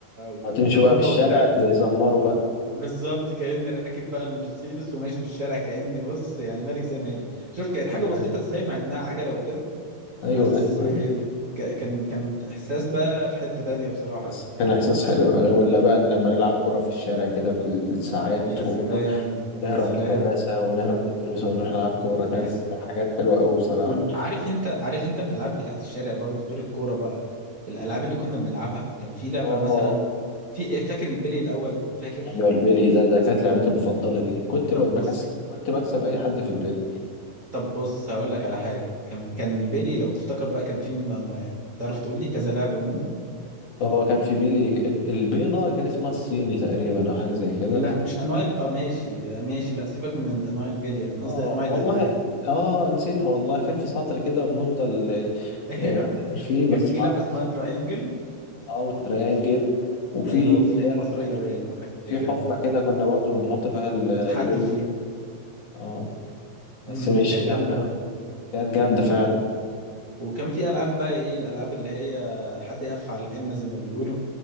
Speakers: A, on the right; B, on the left.
A: ولمبه
B: هتمشي بقى في الشارع
A: وبتاع
B: تزمره بقى
A: بالظبط كأني راكب بقى المرسيدس وماشي في الشارع كأني بص يعني ملك زي ما هنا شوف كانت
B: ايوه
A: حاجة بسيطة
B: ايوه
A: ازاي مع انها عجلة وكده
B: ايوه
A: بس
B: ايوه
A: ك- كان كان احساس بقى في حتة تانية بصراحة
B: بس
A: يعني.
B: كان إحساس حلو يعني ولا بقى لما نلعب كرة في الشارع كده بالساعات
A: يا
B: و...
A: سلام
B: ونهرب
A: يا سلام
B: من المدرسة ونهرب من الدروس ونروح نلعب كورة كانت
A: يا سلام
B: حاجات حلوة أوي بصراحة
A: وعارف انت عارف انت الالعاب بتاعت الشارع برضو غير الكورة بقى الالعاب اللي كنا بنلعبها كان في لعبة
B: آه
A: مثلا في إيه، فاكر البلي الاول فاكر
B: أيوة البيلي ده ده كانت لعبتي المفضلة دي كنت
A: طب
B: بكسب
A: بص
B: كنت بكسب أي حد في البيلي
A: طب بص هقول لك على حاجة كان كان البلي لو تفتكر بقى كان في منه انواع تعرف تقول لي كذا لعبة منه
B: اه كان في بيلي البيضة كان اسمها الصيني تقريبا او حاجة زي كده
A: لا مش انواع الب... اه ماشي ماشي لا سيبك من ال- انواع البلية انا
B: اه
A: قصدي انواع الالعاب
B: والله اه نسيتها والله كان في سطر كده وبنفضل آه،
A: <laughs> ايوه
B: آه، نعمل فيه بس
A: كان في
B: ما
A: لعبه
B: اعرفش
A: اسمها
B: اسمه
A: تراينجل
B: إيه. او تريانجل
A: وفي
B: وفي
A: ايوه
B: اللي
A: وفي
B: هي
A: مصريه
B: ال- ال-
A: باين او حاجه
B: في
A: زي كده
B: حفرة كده كنا برضو بنحط فيها ال- البلي
A: وتحدي فيه
B: اه بس
A: امم
B: مش
A: كانت
B: آه،
A: جامده أوي.
B: كانت جامدة فعلا
A: وكان في العاب بقى ايه الالعاب اللي هي حد يقف على الامه زي ما بيقولوا